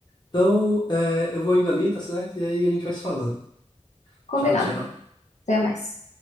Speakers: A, on the left; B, on the left.
A: Então, é, eu vou indo ali, tá certo? E aí a gente vai se falando.
B: Combinado.
A: Tchau, tchau.
B: Até mais.